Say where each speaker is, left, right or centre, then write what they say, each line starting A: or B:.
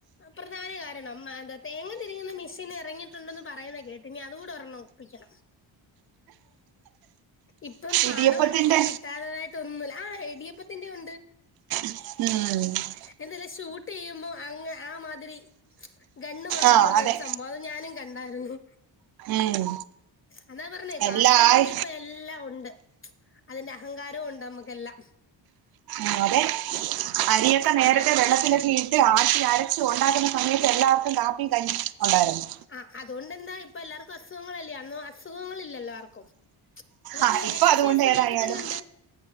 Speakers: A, on the left; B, on the right.
A: പ്രധാന കാരണം ന്താ തേങ്ങ തിരിങ്ങുന്ന മെഷിൻ ഇറങ്ങിട്ട ണ്ടന്ന് പറയുന്ന കേട്ടിനി അതുകൂടെ ഒരെണ്ണം ഒപ്പിക്കണം ഇപ്പം പണം
B: ഇടിയപ്പത്തിന്റെ
A: ഉണ്ടെങ്കിൽ കിട്ടാത്തതായിട്ട് ട്ടൊന്നുല്ല ആഹ് ഇടിയപ്പത്തിന്റെ ഉണ്ട്
B: ഉം <unintelligible>
A: എന്തല്ല ഷൂട്ട് ചെയ്യുമ്പോ അങ്ങ് ആ മാതിരി ഗണ്ണ് മാതിരി
B: ആഹ്
A: ഉള്ള
B: അതെ
A: ഒരു സംഭവം ഞാനും കണ്ടാരുന്നു.
B: ഉം
A: അതാ പറഞ്ഞെ ക്യാഷ്
B: എല്ലായി
A: ഉണ്ടെങ്കിൽ ഇപ്പോ എ ല്ലാ ഉണ്ട്. അതിന്റെ അഹങ്കാരവും ഉണ്ട് നമുക്കെല്ലാം
B: ആ അതെ അരിയൊക്കെ നേരത്തെ
A: അതാ
B: വെള്ളത്തിലൊക്കെ ഇ ട്ട് ആട്ടി അരച്ചു ഉണ്ടാക്കുന്ന സമയത്ത് എല്ലാവർക്കും കാപ്പിയും ക ഉണ്ടായിരുന്നു.
A: ആഹ് അതുകൊണ്ട് എന്താ ഇപ്പൊ എല്ലാവർക്കും അസുഖങ്ങളല്ലേ അന്നും അസുഖങ്ങളില്ലല്ലോ എല്ലാവർക്കും അവർക്ക്
B: ആഹ് ഇപ്പൊ
A: എക്സസൈസ്
B: അതുകൊണ്ട് ഏതായാലും
A: വീട്ടിൽ തന്നെ ഉണ്ട്